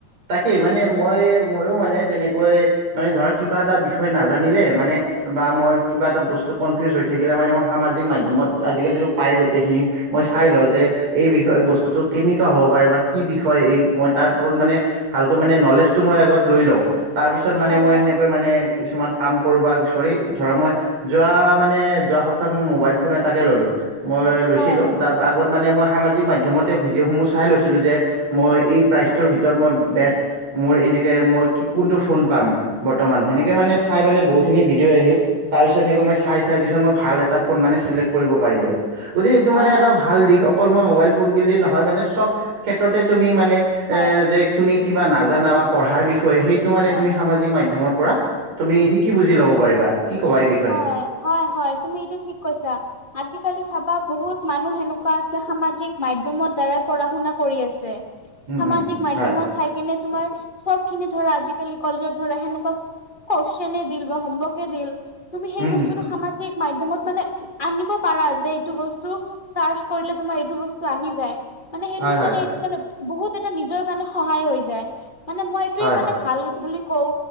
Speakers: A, on the right; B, on the left.
A: তাকেই মানে মই ময়ো মানে তেনেকৈ মানে ধৰ কিবা এটা বিষয় নাজানিলে মানে বা মই কিবা এটা বস্তু কনফিউজ হৈ থাকিলে মানে মই সামাজিক মাধ্যমত আজিকালিতো পায় গোটেইখিনি মই চাই লওঁ যে এই বিষয় বস্তুতটো কেনেকুৱা হ'ব পাৰে বা কি বিষয় এই মই তাৰ ওপৰত মানে ভালকৈ মানে নলেজটো মই আগত লৈ লওঁ তাৰ পিছত মানে
B: হয়
A: মই
B: হয়।
A: সেনেকৈ মানে কিছুমান কাম কৰো বা কিছুৰে ধৰা মই যোৱা মানে যোৱা সপ্তাহত মোৰ মোবাইল ফোন এটাকে ললো মই লৈছিলো
B: হয়,
A: তাৰ আগত মানে মই সামাজিক মাধ্যমতে ভিডিঅ' সমূহ চাই লৈছিলো যে মই এই প্ৰাইচটোৰ
B: হয়,
A: ভিতৰত মই বেষ্ট মোৰ এনেকে মই কি কোনটো ফোন পাম বৰ্তমান সেনেকে
B: হয়,
A: মানে
B: হয়,
A: চাই মানে বহুতখিনি ভিডিঅ' আহিল তাৰ পিছ এনেক মই চাই চাই পিছত মই ভাল এটা ফোন মানে চিলেক্ট কৰিব পাৰিলো গতিকে এইটো
B: হয়,
A: মানে এটা ভাল দিশ অকল মই মোবাইল ফোন বুলিয়ে নহয় মানে চব ক্ষেত্ৰতে তুমি মানে
B: হয়,
A: এ যে তুমি কিবা নাজানা বা পঢ়াৰ বিষয়ে সেইটো মানে
B: হয়,
A: তুমি সামাজিক মাধ্যমৰ পৰা তুমি সিকি বুজি লব পাৰিবা কি ক'বা এই বিষয়ে
B: হয় হয় হয় তুমিতিয়া ঠিক কছা আজিকালি চাবা বহুত মানুহ সেনেকুৱা আছে সামাজিক মাধ্যমৰ দ্বাৰাই পঢ়া শুনা কৰি আছে
A: উম
B: সামাজিক
A: উম
B: মাধ্যমত
A: হয়
B: চাই কেনে তোমাৰ চব খিনি ধৰা আজিকালি কলেজত ধৰা সেনেকুৱা কইছনে দিল বা হোমৱৰ্কে দিল তুমি সেই
A: উম
B: বস্তুটো
A: উম
B: সামাজিক মাধ্যমত মানে আনিব পাৰা যে এইটো বস্তু চাৰ্চ কৰিলে তোমাৰ এইটো বস্তু আহি যায় মানে সেইটো
A: হয় হয়
B: কাৰণে এইটো কাৰণে বহুত এটা নিজৰ কাৰণে সহায় হৈ যায় মানে মইটোয়ে
A: হয়
B: মানে ভাল বুলি কও